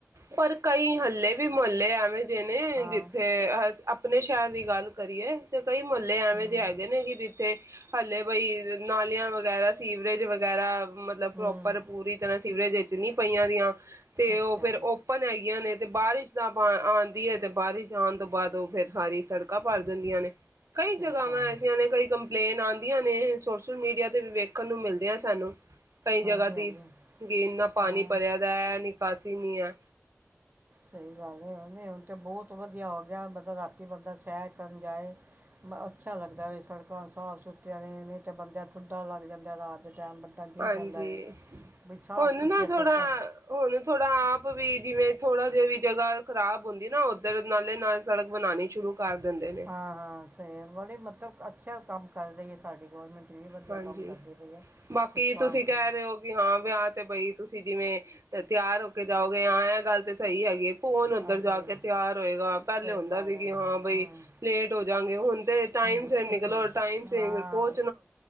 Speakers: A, on the right (about 80°); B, on the right (about 40°).
A: ਪਰ ਕਈ ਹੱਲੇ ਵੀ ਮੁਹੱਲੇ ਐਵੇਂ ਨੇ
B: ਹਾਂ
A: ਜਿੱਥੇ ਅ ਆਪਣੇ ਸ਼ਹਿਰ ਦੀ ਗੱਲ ਕਰੀਏ ਤੇ ਕਈ ਮਹੱਲੇ ਐਵੇਂ
B: ਹੂੰ
A: ਜ ਹੈਗੇ ਨੇ ਜਿੱਥੇ ਹਲੇੇ ਬਈ ਨਾਲੀਆਂ ਵਗੈਰਾ, ਸੀਵਰੇਜ ਵਗੈਰਾ ਮਤਲਬ
B: ਹੂੰ
A: ਪ੍ਰੋਪਰ ਪੂਰੀ ਤਰ੍ਹਾਂ ਸੀਵਰੇਜ ਜਿੰਨੀ ਪਈਆਂ ਦੀਆਂ ਤੇ
B: ਅੱਛਾ
A: ਉਹ ਫਿਰ ਓਪਨ ਹੈਗੀਆਂ ਨੇ। ਤੇ ਬਾਰਿਸ਼ ਤਾਂ ਆਉਂਦੀ ਹੈ ਤੇ ਬਾਰਿਸ਼ ਆਉਣ ਤੋਂ ਬਾਅਦ ਉਹ ਫਿਰ ਸਾਰੀ ਸੜਕਾਂ ਭਰ ਜਾਂਦੀਆਂ ਨੇ। ਕਈ
B: ਸਹੀ
A: ਜਗ੍ਹਾਵਾਂ
B: ਗੱਲ
A: ਐਸੀਆਂ ਨੇ ਕਈ ਕੰਪਲੇਨ ਆਂ ਵ ਨੇ ਸੋਸ਼ਲ ਮੀਡੀਆ ਤੇ ਵੀ ਵੇਖਣ ਨੂੰ ਮਿਲਦੇ ਆ ਸਾਨੂੰ ਕਈ
B: ਹਾਂਜੀ
A: ਜਗ੍ਹਾ
B: ਹਾਂਜੀ
A: ਤੇ ਕਿ ਇੰਨਾ ਪਾਣੀ
B: ਹਾਂ
A: ਭਰਿਆ ਦਾ ਹੈ ਨੀ ਸੀਨੀਆਂ
B: ਸਹੀ ਗੱਲ ਹੈ ਨਹੀਂ ਹੁਣ ਤੇ ਬਹੁਤ ਵਧੀਆ ਹੋ ਗਿਆ ਮਤਲਬ ਰਾਤੀ ਬੰਦਾ ਸਹਿਰ ਕਰਨ ਜਾਏ, ਅੱਛਾ ਲੱਗਦਾ ਸੜਕਾਂ ਸਾਫ ਸੁਥਰੀਆਂ ਨੇ ਤਾਂ ਬੰਦਾ ਠੁੱਡਾ ਲੱਗ ਜਾਂਦਾ ਰਾਤ ਟਾਈਮ ਬੰਦਾ ਗਿਰ
A: ਹਾਂਜੀ
B: ਜਾਂਦਾ ਵੇ ਵੀ ਸਾਫ
A: ਹੁਣ
B: ਸੁਥਰੀਆਂ
A: ਨਾ ਥੋੜਾ,
B: ਸੜਕਾਂ
A: ਹੁਣ ਥੋੜਾ ਆਪ ਵੀ ਜਿਵੇਂ ਥੋੜ੍ਹਾ ਜਾ ਵੀ ਜਗ੍ਹਾ ਖ਼ਰਾਬ ਹੁੰਦੀ ਨਾ ਉੱਧਰ ਨਾਲੇ ਨਾਲ ਸੜਕ ਬਣਾਉਣੀ ਸ਼ੁਰੂ ਕਰ ਦਿੰਦੇ ਨੇ
B: ਹਾਂ ਹਾਂ ਸ <unintelligible> ਅੱਛਾ ਕੰਮ ਕਰ ਰਹੀ ਐ ਸਾਡੀ ਗਵਰਨਮੈਂਟ ਵੀ ਵਧੀਆ
A: ਹਾਂਜੀ
B: ਕੰਮ ਕਰਦੀ ਪਈ ਹੈ
A: ਬਾਕੀ
B: ਸ- ਸਾਫ
A: ਤੁਸੀਂ ਕਹਿ ਰਹੇ ਹੋ ਕਿ ਹਾਂ ਵਿਆਹ ਤੇ ਬਈ ਤੁਸੀਂ ਜਿਵੇਂ ਤਿਆਰ ਹੋ ਕੇ ਜਾਓਗੇ ਹਾਂ ਐ ਗੱਲ ਤੇ ਸਹੀ ਹੈ ਕੌਣ ਉੱਧਰ
B: ਹਾਂਜੀ
A: ਜਾ ਕੇ ਤਿਆਰ ਹੋਏਗਾ ਪਹਿਲੇ
B: ਸਹੀ
A: ਹੁੰਦਾ
B: ਗੱਲ
A: ਸੀ
B: ਹੈ
A: ਕਿ ਹਾਂ ਬਈ
B: ਹੂੰ
A: ਲੇਟ ਹੋ ਜਾਂਗੇ ਹੁਣ ਤੇ ਟਾਈਮ
B: ਹੂੰ
A: ਸਿਰ ਨਿਕਲੋ
B: ਇਸੇ
A: ਟਾਈਮ ਸਿਰ
B: ਹਾਂ
A: ਪਹੁ